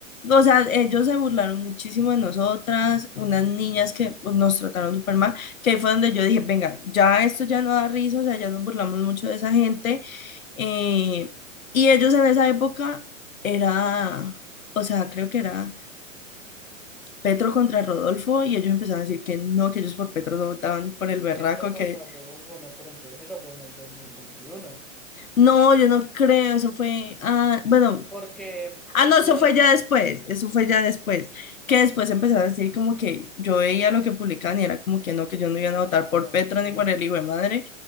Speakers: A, on the left (about 85°); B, in the centre.
A: o sea, ellos se burlaron muchísimo de nosotras, unas niñas que pues, nos trataron súper mal, que ahí fue donde yo dije, venga, ya esto ya no da risa, o sea, ya nos burlamos mucho de esa gente. Eh, y ellos en esa época era, o sea, creo que era Petro contra Rodolfo y ellos empezaron a decir que no, que ellos por Petro no votaban por el berraco,
B: Petro contra
A: que
B: Rodolfo, no, pero entonces eso fue en el dos mil veintiuno
A: no, yo no creo, eso fue, ah, bueno,
B: Porque eh,
A: ah, no,
B: lo
A: eso fue
B: de...
A: ya después, eso fue ya después, que después empezaron a decir como que yo veía lo que publicaban y era como que no, que yo no
B: Ah,
A: iban a votar por
B: ok.
A: Petro ni por el hijo de madre,